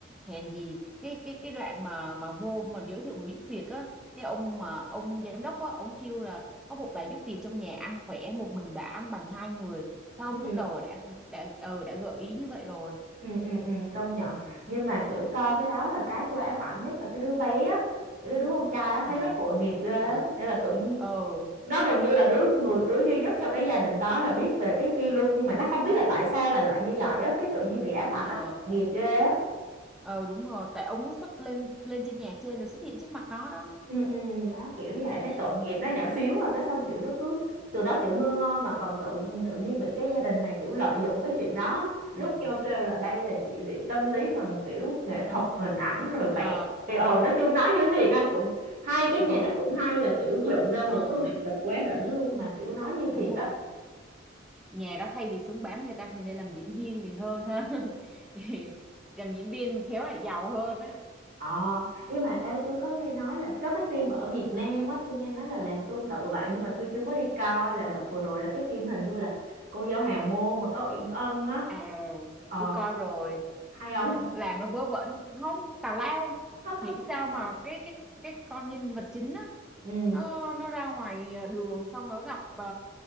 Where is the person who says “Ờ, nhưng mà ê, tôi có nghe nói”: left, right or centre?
Right